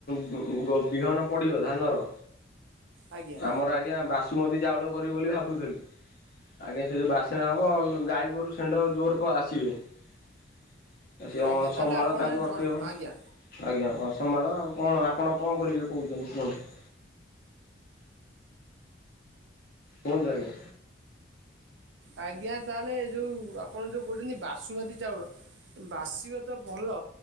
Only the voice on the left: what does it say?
ବ - ବ ବିହନ ପଡ଼ିବ ଧାନର
ଆମର ଆଜ୍ଞା ବାସୁମତୀ ଚାଉଳ କରିବି ବୋଲି ଭାବୁଥିଲୁ। ଆଜ୍ଞା ସେ ଯୋଉ ବାସନା ହବ ବ ଗାଈ ଗୋରୁ ସେଣ୍ଢ ଜୋର ତ ଆସିବେ। ଆ ସେ
ଅସମ୍ଭାଳ
ତାଙ୍କୁ
ଅଟକେଇ ହବନି।
ଆଜ୍ଞା ଅସମ୍ଭାଳ ଆଉ କଣ ଆପଣ କଣ କରିବେ କହୁଚନ୍ତି କୁହନ୍ତୁ। କୁହନ୍ତୁ ଆଜ୍ଞା।